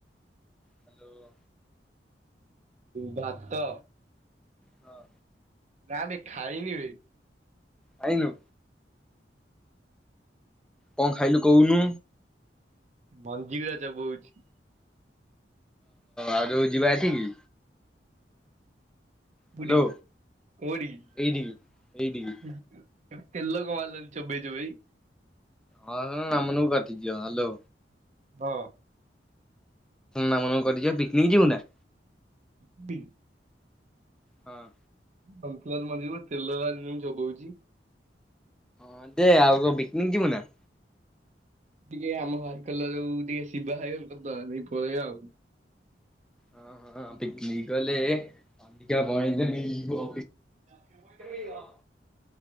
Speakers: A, in the centre; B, on the right.
A: ହ୍ୟାଲୋ
B: ଭାତ
A: ହଁ
B: ନା ବେ ଖାଇନି ବେ।
A: ଖାଇନୁ କଣ ଖାଇଲୁ କହୁନୁ।
B: ମଞ୍ଜି ଗୁଡା ଚୋବଉଚି
A: ଆଉ ଯୋଉ ଯିବା ଏଠିକି ହାଲୋ
B: କୋଉଠିକି କୋଉଠିକି
A: ଏଇଠିକି ଏଇଠିକି
B: ଏ ତେଲ କ ମାରିଲନି ଚୋବେଇ ଚୋବେଇ।
A: ହଁ ହଁ <unintelligible> କଟିଯିବ ହ୍ୟାଲୋ
B: ହଁ
A: ନାମ ନବୁ କଟିଯିବ ପିକନିକ ଯିବୁ ନା।
B: <unintelligible>
A: ହଁ।
B: ହନ୍ତଲାଲ୍ ମନ୍ଦିବ ତେଲଲା ଜବଉଚି
A: ହଁ ଦେ ଆଉ ବିକ୍ନିକ୍ ଯିବୁ ନା?
B: ଟିକେ ଆମ ହାଇକେଲ୍ ଯୋଉ ଟିକେ ଶିବା ହାଇକେଲ୍ କରିଦେଇ ପଳେଇବା ଆଉ।
A: ହଁ ହଁ ପିକ୍ନିକ୍ କହିଲେ ଅଧିକା ପିକ ବାଁ ମିଳିବ
B: <unintelligible>
A: ହ